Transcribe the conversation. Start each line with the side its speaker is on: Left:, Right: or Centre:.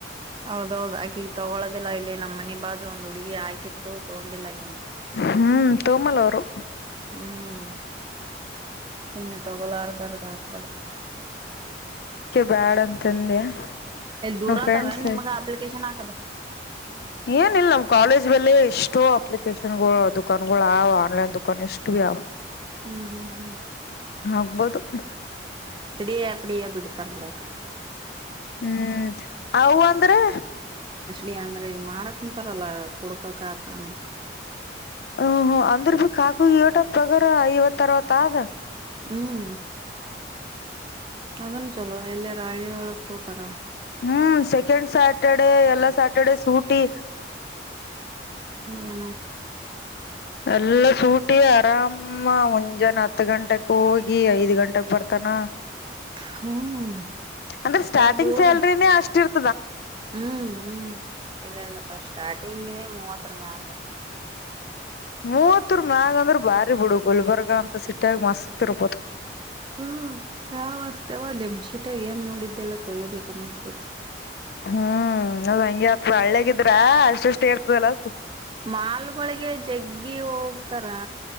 Right: ಹೌದೌದು, ಆಕೆ ಈಗ ತಗೊಳೋದಿಲ್ಲ ಇಲ್ಲಿ ನಮ್ ಮನೆ ಬಾಜು ಒಂದು ಹುಡುಗಿ ಹಾಕಿತ್ತು ತಗೊಂಡಿಲ್ಲಹಾಕಿದು.
Left: ಹ್ಮ್ ತೋಮಲೋರು
Right: ಹ್ಮ್ ಸುಮ್ನೆ ತಗೋಲಾರ್ದರ ಆಕ್ಬಡ್
Left: ಬ್ಯಾದಂತಂದೆ
Right: ದೂರ
Left: ನಮ್ ಫ್ರೆಂಡ್ಸ್
Right: ಆತಾವೇನ್ ನಿಮ್ಗ
Left: ಏ
Right: ಅಪ್ಲಿಕೇಶನ್ ಹಾಕದು
Left: ಏನಿಲ್ಲ ನಮ್ ಕಾಲೇಜ್ ಮೇಲೆ ಎಷ್ಟು ಅಪ್ಲಿಕೇಶನ್ಗಳು ದುಕಾನ್ಗಳು ಅವ ಆನ್ಲೈನ್ ದುಕಾನ್ ಎಷ್ಟು ಬಿ ಅವ
Right: ಹ್ಮ್ ಹ್ಮ್ ಹ್ಮ್
Left: ಆಗ್ಬೋದು
Right: ಅತಡಿ ಡಿಯ <unintelligible> <inaudible> ಬಿಡ್ತಾರ್ ಬಿಡಾಕಡೆ
Left: ಹ್ಮ್ ಅವು ಅಂದ್ರೆ
Right: ಇ ಅಂದ್ರೆ ಈಗ ಮಾಡಕ್ಂತಾರಲ್ಲ ಕುಡ್ಕಕ್ ಆಕಂಗ
Left: ಹು ಹು ಅಂದ್ರ ಭ ಕಾಕ ಏಟದ ಪಗಾರ ಐವತ್ತರವತ್ತಾದ
Right: ಹ್ಮ್ ಅದನ್ ಚಲೋ ಇಲ್ಯಾರ ಹಳ್ಳಿ ಯೊಳಗ್ ಕೂತರ
Left: ಹ್ಮ್ ಸೆಕೆಂಡ್ ಸ್ಯಾಟರ್ಡೆ ಎಲ್ಲಾ ಸ್ಯಾಟರ್ಡೆ ಸೂಟಿ
Right: ಯಾನ
Left: ಎಲ್ಲ ಸೂಟಿ ಆರಾಮ ಮುಂಜಾನೆ ಹತ್ತು ಗಂಟೆಕ್ ಹೋಗಿ ಐದ್ ಗಂಟಕ್ ಬರ್ತಾನ
Right: ಹ್ಮ್
Left: ಅಂದ್ರೆ
Right: ಅದೇ
Left: ಸ್ಟಾರ್ಟಿಂಗ್
Right: ದೂರ
Left: ಸ್ಯಾಲ್ರಿನೇ ಅಷ್ಟಿರ್ತ
Right: ಹ್ಮ್ ಹ್ಮ್ ಇಲ್ಲ ಇಲ್ಲಪ್ಪ ಸ್ಟಾರ್ಟಿಂಗಿನ ಮೂವತ್ತರ ಮ್ಯಾಲ ತ್ತ
Left: ಮೂವತ್ತುರ್ಮ್ಯಾಗ ಅಂದ್ರ ಬಾರಿ ಬಿಡು ಗುಲ್ಬರ್ಗ ಅಂತ ಸಿಟ್ಯಾಗ ಮಸ್ತಿರ್ರ್ಬೋದು
Right: ಹ್ಮ ನಾವಸ್ತವ ನೆಮ್ಮ ಶೀಟಾಗಿ ಏನ್ ನೋಡಿದ್ದೆಲ್ಲ ತಗೋಬೇಕ ಅನ್ನಸ್ತತಿ
Left: ಹ್ಮ್ ಹ್ ಹಂಗೆ ಅತ್ರ ಹಳ್ಳೇಗಿದ್ರ ಅ ಎಷ್ಟೇರ್ತದಲ್ಲಾ
Right: ಮಾಲ್ಗಳಿಗೆ ಜಗ್ಗಿ ಹೋಗ್ತಾರಾ